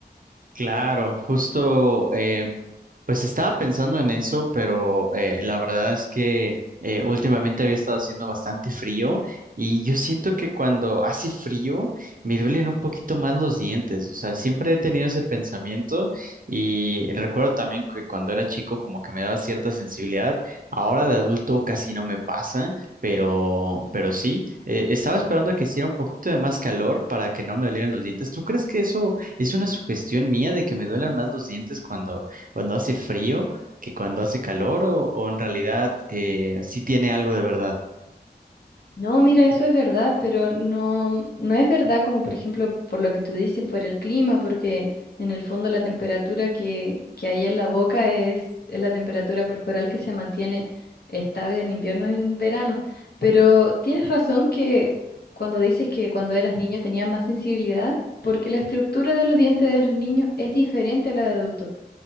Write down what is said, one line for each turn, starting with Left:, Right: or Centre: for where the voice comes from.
Right: Claro, justo, eh, pues estaba pensando en eso, pero eh, la verdad es que eh, últimamente había estado haciendo bastante frío y yo siento que cuando hace frío me duelen un poquito más los dientes, o sea, siempre he tenido ese pensamiento y recuerdo también que cuando era chico como que me daba cierta sensibilidad, ahora de adulto casi no me pasa, pero, pero sí, eh, estaba esperando que hiciera un poquito de más calor para que no me dolieran los dientes. ¿Tú crees que eso... Es una sugestión mía de que me duelan más los dientes cuando, cuando hace frío que cuando hace calor o, o en realidad eh, sí tiene algo de verdad.
Left: No, mira, eso es verdad, pero no, mm, no es verdad como por ejemplo por lo que tú dices, por el clima, porque en el fondo la temperatura que, que hay en la boca es, es la temperatura corporal que se mantiene estable en invierno y en verano. Pero tienes razón que cuando dices que cuando eras niño tenías más sensibilidad, porque la estructura de los dientes de los niños es diferente a la de adultos.